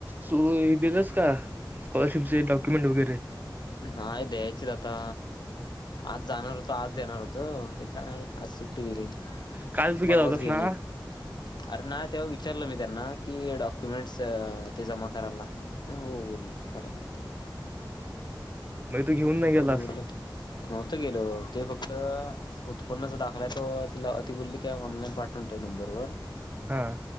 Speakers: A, on the right; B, on the left.
A: तू हे दिलस का? <unintelligible> डॉक्युमेंट वगैरे
B: नाही द्यायचेच आता आज जाणार होतो आज देणार होतो काय आज सुट्टी दिली.
A: काल तू
B: परवाच
A: गेला होतस
B: घेऊन
A: ना?
B: येईन. अरे नाही तेव्हा विचारलं मी त्यांना कि डॉक्युमेंट्स ते जमा करायला लागतील हो बोल करा लागतील.
A: मग तू घेऊन नाही
B: ठीक
A: गेलास
B: आहे मी उद्या नव्हतं गेलो. ते फक्त उत्पन्न ज दाखलायचं तो तिला बोलली की ऑनलाईन पाठवून ठेव नंबरवर.
A: हा